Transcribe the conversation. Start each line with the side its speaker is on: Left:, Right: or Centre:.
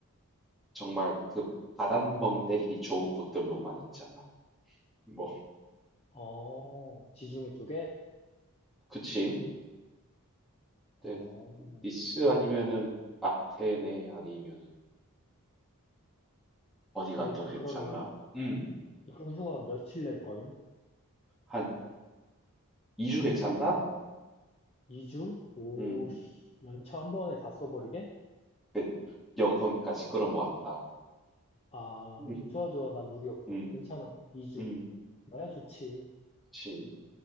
Centre: 정말 그 바닷멍 때리기 좋은 곳들로만 있잖아. 뭐,
Left: 어, 지중해 쪽에?
Centre: <laughs> 그치? 근데
Left: 어,
Centre: 니스 아니면은 아테네 아니면은 어디가
Left: 야, 일단
Centre: 더 괜찮나?
Left: 그러면,
Centre: 음,
Left: 여름휴가 며칠 낼 거임?
Centre: 한 2주 괜찮나?
Left: 2주? 오,
Centre: 음,
Left: 씨, 연차 한 번에 다 써버리게?
Centre: 그 영혼까지 끌어모았다.
Left: 아, 어,
Centre: 음,
Left: 좋아, 좋아. 난 무리 없어.
Centre: 음,
Left: 괜찮아. 2주.
Centre: 음,
Left: 나야 좋지.
Centre: 그치.